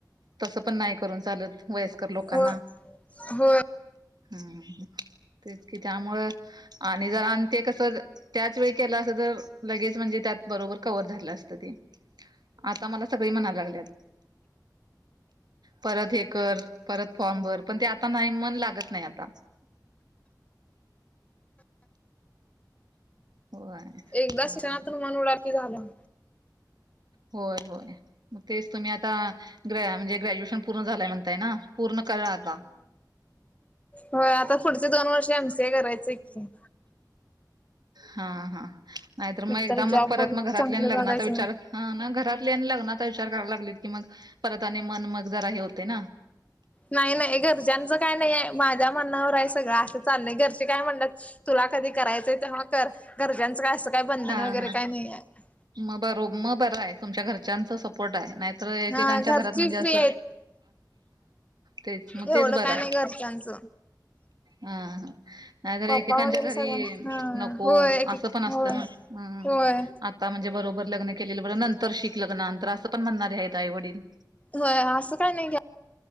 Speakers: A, on the right; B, on the left.
A: तस पण नाही करून चालत, वयस्कर लोकांना.
B: हो होय.
A: हम्म, तेच कि, त्यामुळं आणि जरा न ते कस, त्याच वेळी केलं असतं, तर लगेच, म्हणजे त्यात बरोबर कव्हर झालं असतं ते. आता मला सगळी म्हणाय लागल्यात परत हे कर, परत फॉर्म भर, पण ते आता नाही, मन लागत नाही आता. होय.
B: एकदा
A: हा
B: शि <inaudible> नातून मन उडालं की झालं.
A: होय होय. मंग तेचं तुम्हीं आंता ग्रॅ म्हणजे ग्रॅज्युएशन पूर्ण झालंय म्हणतांय नां पूर्ण करां आंता.
B: हो आंता पुढचे दोन वर्ष एम सी ए करायचं आहे की.
A: हां हां नाहींतरं मंग
B: एकतर
A: एकदाचं मंग
B: जॉब
A: परंत
B: बघ
A: मंग घरांतल्या
B: चांगलं
A: लग्नांचा
B: बघायचं.
A: विचारं हां नां घरातल्यां आणि लग्नांचा विचारं करांयला लागलीत की मंग परंत आणि मनं मंग जरां हे होते नां
B: नाहीं नाहीं घरच्यांचं कायं नाहींय माझ्यां म्हणण्यांवर आहे सगळं असं चाललंय. घरचे कायं म्हणतांत तुलां कधीं करायचंय तेंव्हा करं घरच्यांचं कायं असं काय बंधन
A: हां
B: वगैरे
A: हां
B: काय नाही आहे
A: मंग बरो मंग बरं आहे तुमच्यां घरच्यांचा सपोर्ट आहे नाहीं तरं एकेकांच्या
B: हा घरची
A: घरांत म्हणजे असं
B: फ्री आहेत
A: तेचं मंग
B: एवढं
A: तेचं बरं
B: काय
A: आहे.
B: नाही घरच्यांचं
A: हां नाहीं तरं
B: पप्पा
A: एकेकांच्या
B: वगैरे सगळ्यां
A: घरी
B: हा
A: नको
B: होय एक
A: असं पणं असतं.
B: होय
A: चलां नां हम्मं आंता
B: होय
A: आंता म्हणजे बरोबर लग्नं केलेलं बरं नंतर शिक्षण लग्नां नंतर असं पणं म्हणणारे आहेतं आई वडील
B: होयं असं कायं नाहीं घ्या